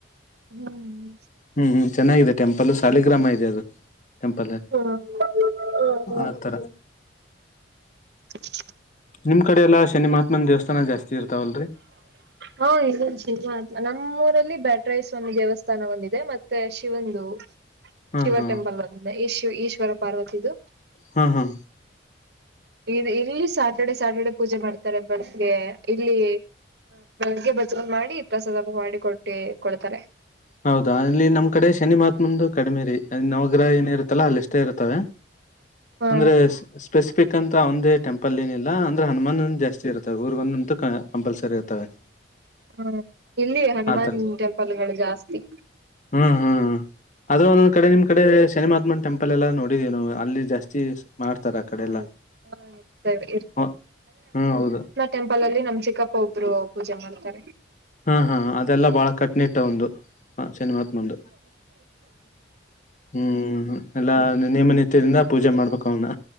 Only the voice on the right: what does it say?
ಹ್ಮ್
ಹ್ಮ್
ಹಂ ಹಂ
<unintelligible>
ಹ್ಮ್ ಇದೆ ಶನಿ ಮಹಾತ್ಮ ನಮ್ಮೂರಲ್ಲಿ ಬ್ಯಾಟರಾಯ ಸ್ವಾಮಿ ದೇವಸ್ಥಾನ ಒಂದಿದೆ ಮತ್ತೆ ಶಿವಂದು
ಶಿವ
ಟೆಂಪಲ್ ಒಂದಿದೆ ಈಷ ಈಶ್ವರ ಪಾರ್ವತಿದು.
ಇದ ಇಲ್ಲಿ ಸ್ಯಾಟರ್ಡೆ ಸ್ಯಾಟರ್ಡೆ ಪೂಜೆ ಮಾಡ್ತಾರೆ ಬರ್ಗೆ ಇಲ್ಲಿ ಬೆಳಗ್ಗೆ ಭಜನೆ ಪ್ರಸಾದ್ <unintelligible> ಮಾಡಿ ಕೊಟ್ಟಿ ಕೊಡ್ತಾರೆ.
ಹ
ಹಾ ಇಲ್ಲಿ ಹನುಮಾನ್
ಟೆಂಪಲ್ಗಳು ಜಾಸ್ತಿ.
ಹ್ಮ್
ಇರ್ತವೆ
ಟೆಂಪಲ್ಲಲ್ಲಿ ನಮ್ ಚಿಕ್ಕಪ್ಪ ಒಬ್ರು ಪೂಜೆ ಮಾಡ್ತಾರೆ.